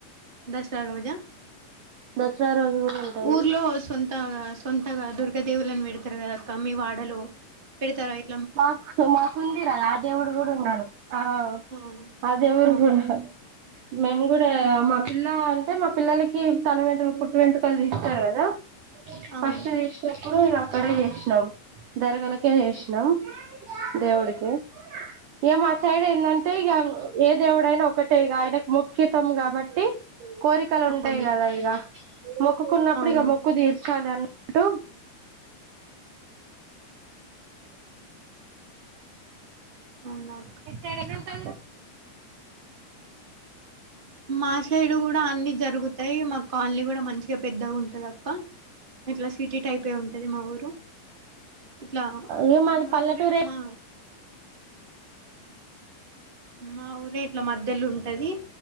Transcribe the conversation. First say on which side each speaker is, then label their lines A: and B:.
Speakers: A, on the right; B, on the right.
A: దసరా రోజా
B: దసరా రోజు కూడా ఉంటది
A: ఊర్లో సొంతగా సొంతగా దొరుక్ గ దేవుళ్లను పెడతరు కదక్కా మీ వాడలో పెడతరా ఇప్
B: మాక్ మాకుందిరా ఆ దేవుడు గుడున్నాడు ఆ
A: అవును
B: ఆ దేవుడు
A: అవునా
B: గూడ మేము గూడా మా పిల్ల అంటే మా పిల్లలకి తల వెంట్రుకలు పుట్టు వెంటుకలు తీస్తారు గదా.
A: అవును
B: ఫస్ట్ చేసినప్పుడు ఇగ అక్కడే చేసినాం దర్గాలకే నం దేవుడికే ఇగ మా సైడ్ ఏందంటే ఇగ ఏ దేవుడైనా ఒకటే ఇగ ఆయనకు మోక్కితం గాబట్టి కోరికలుంటయి
A: అవును
B: గదా ఇగ మొక్కుకున్నప్పుడు
A: అవును
B: ఇగ మొక్కు తీర్చాలి అన్నట్టు
A: అవునా అక్క
B: మీ సైడ్ ఎలా ఉంటదిరా
A: మా సైడు గుడా అన్ని జరుగుతయి, మా కాల్ని గుడా మంచిగా పెద్దగుంటందక్కా. ఇట్లా సిటీ టైపే ఉంటది మా ఊరు. ఇట్లా
B: ఇగ మాది
A: మా
B: పల్లెటూరే
A: ఊరే మా మా ఊరే ఇట్ల మధ్యలుంటది